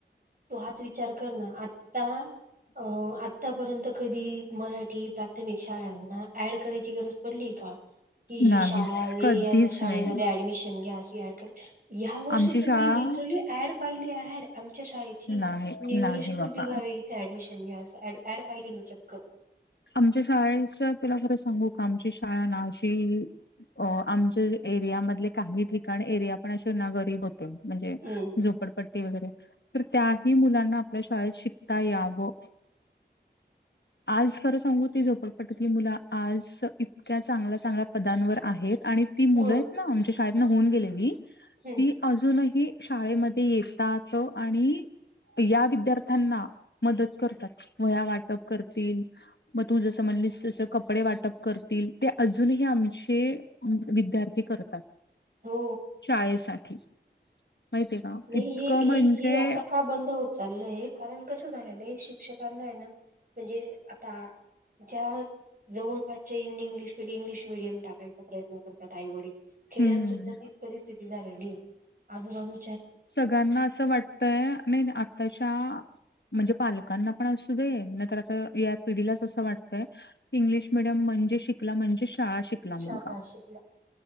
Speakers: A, on the right (about 50°); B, on the left (about 70°).
A: तू हाच विचार कर ना. आत्ता अ आत्तापर्यंत कधी मराठी- - शाळांना ऍड करायची गरज पडलीए का? ही ही
B: नाहीच.
A: शाळा आहे.
B: कधीच
A: या या शाळेमध्ये
B: नाही
A: ऍडमिशन घ्या. अशी ॲड - या वर्षी
B: आमची
A: तर
B: शाळा
A: मी लिटरली ॲड पाहिली ॲड. आमच्या शाळे- -ची.
B: नाही
A: न्यू इंग्लिश
B: नाही
A: स्कूल
B: बाबा.
A: <unintelligible> इथे ऍडमिशन घ्या. अस ॲड पाहिली मी चक्क.
B: आमच्या शाळेच. तुला खरं सांगू का? आमची शाळा ना अशी- अ. आमच्या एरिया मधले काही ठिकाण एरिया पण असे ना गरीब हो - -त म्हणजे
A: हम्म.
B: झोपडपट्टी वगैरे- तर त्याही मुलांना आपल्या शाळेत शिकता यावं. आज- खरं सांगू? ती झोपडपट्टीतली मुलं आज इतक्या चांगल्या चांगल्या पदांवर आहेत. आणि- ती मुलं
A: मग
B: आहेत ना? आमच्या शाळेतन होऊन गेलेली-
A: हम्म
B: ती अजूनही शाळेमध्ये येतात. आणि- या विद्यार्थ्यांना मदत करतात. वह्या वाटप करतील. म तू जसं म्हणलीस तसं कपडे वाटप करतील. ते अजूनही आमचे- विद्यार्थी करतात.
A: हो
B: शाळेसाठी. माहितीय का?
A: नाही
B: इतकं
A: हे हे
B: म्हणजे-
A: हे आता बंद होत- चाललय. कारण कसं झालेलं आहे शिक्षकांना ए ना म्हणजे आता- ज्या जवळपासच्या हिंदी इंग्लिश, इंग्लिश मिडियम- टाकायचा प्रयत्न करतात आई वडील. खेड्यात
B: हम्म
A: सुद्धा तीच परिस्थिती झालेलीय. आजूबाजू-
B: सगळ्यांना असं वाटतय. आणि आताच्या- म्हणजे पालकांना पण असू दे. नाही तर आता या पिढीलाच असं वाटतंय- इंग्लिश मिडीयम म्हणजे शिकला म्हणजे शाळा शिक- -ला
A: शाळा
B: मुलगा.
A: शिकला